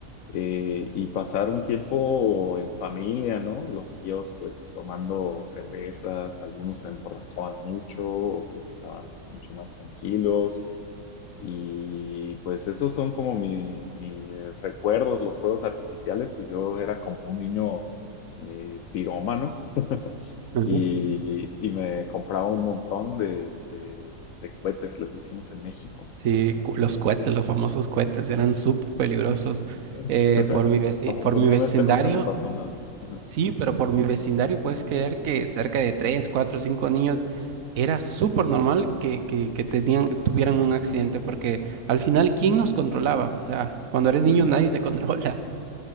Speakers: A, on the left (about 75°); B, on the right (about 70°).
A: eh, y pasar un tiempo en familia, ¿no? Los tíos pues tomando cervezas, algunos se emborrachaban mucho, otros estaban mucho más tranquilos. Y pues esos son como mi- mis recuerdos, los juegos artificiales, pues yo era como un niño eh, pirómano
B: Ujú.
A: y, y me compraba un montón de, de, de cohetes, les decimos en México.
B: Sí, cu- los
A: Y
B: cohetes, los famosos cohetes eran súper peligrosos.
A: <laughs>
B: Eh, por mi veci-
A: afortunadamente
B: por mi vecindario
A: nunca me pasó nada. Ajá.
B: Sí, pero por mi vecindario puedes creer que cerca de tres, cuatro, cinco niños era súper normal que, que, que tenían, tuvieran un accidente, porque al final, ¿quién nos controlaba? O sea, cuando eres
A: Ujú.
B: niño nadie te <laughs> controla.